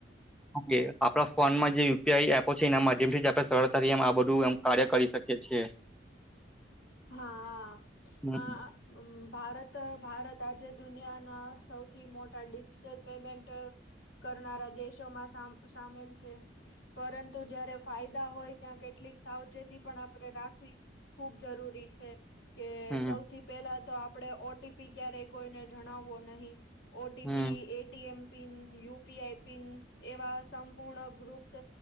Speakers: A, in the centre; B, on the left (about 80°).
A: ઓકે આપણા ફોનમાં જે યુપીઆઈ એપો છે એના માધ્યમથી આપણે સરળતા આ બધું એમ કાર્ય કરી શકીએ છીએ.
B: <inaudible> હા
A: હમ
B: હ ભારત. ત ભારત આજે દુનિયાના સૌથી મોટા ડિજિટલ પેમેન્ટ. કરનારા દેશોમાં સામ સામેલ છે પરંતુ જયારે ફાયદા હોય ત્યાં કેટ લી સાવચેતી પણ આપણે રાખવી ખૂબ જરૂરી છે કે
A: હમ
B: સૌથી પેલા તો આપ. પડે ઓટીપી ક્યારેય કોઈને જણાવવો નહી OTP
A: હમ
B: ATM. Pin UPI pin એવા સંપૂર્ણ ગુપત